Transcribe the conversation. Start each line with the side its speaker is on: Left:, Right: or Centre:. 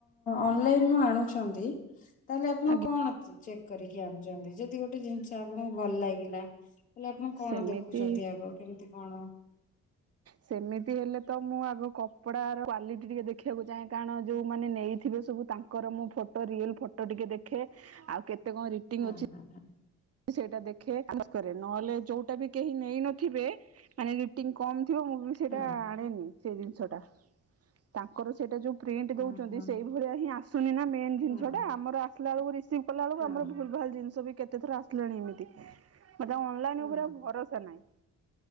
Left: ଅନଲାଇନ ରୁ ଆଣୁଛନ୍ତି ତାହେଲେ ଆପଣ
Right: ଆଜ୍ଞା।
Left: କଣ ଅଛି ଚେକ୍ କରିକି ଆଣୁଛନ୍ତି ଯଦି ଗୋଟେ ଜିନିଷ ଆଚ୍ଛା ଆପଣଙ୍କୁ ଭଲ ଲାଗିଲା ହେଲେ ଆପଣ କଣ
Right: ସେମିତି
Left: ଦେଖୁଛନ୍ତି ଆଗ କେମିତି କଣ
Right: ସେମିତି ହେଲେ ତ ମୁଁ ଆଗ କପଡାର କ୍ଵାଲିଟି ଟିକେ ଦେଖିବାକୁ ଚାହେଁ କାରଣ ଯୋଉ ମାନେ ନେଇଥିବେ ସବୁ ତାଙ୍କର ମୁଁ ଫଟୋ ରିଅଲ ଫଟୋ ଟିକେ ଦେଖେ ଆଉ କେତେ ଏତେ କଣ ରେଟିଙ୍ଗ
Left: ହଁ
Right: ଅଛି
Left: ହଁ
Right: ସେଇଟା ଦେଖେ ଚୁଜ କରେ ନହେଲେ ଯୋଉଟା ବି କେହି ନେଇନଥିବେ ମାନେ ରେଟିଙ୍ଗ କମ୍ ଥିବ ମୁଁ ବି ସେଇଟା
Left: ହଁ
Right: ଆଣେନି । ସେ ଜିନିଷ ଟା ତାଙ୍କର ସେଇଟା ଯୋଉ ପ୍ରିଣ୍ଟ
Left: ହଁ
Right: ଦଉଛନ୍ତି
Left: ହଁ
Right: ସେଇଭଳିଆ ହିଁ ଆସୁ ଆସୁନି ନା। ମେନ୍ ଜିନିଷ
Left: ହଁ
Right: ଟା ଆମର ଦେଖିଲା ବେଳକୁ ସିମ୍ପଲ ହେଲା
Left: ହଁ
Right: ବେଳକୁ ଆମ ଭୂଲ ଭାଲ ଜିନିଷ ବି କେତେ ତାପରେ ଆସେ <unintelligible> ମତେ ଅନଲାଇନ
Left: ହଁ
Right: ଉପରେ ଆଉ ଭରସା ନାହିଁ।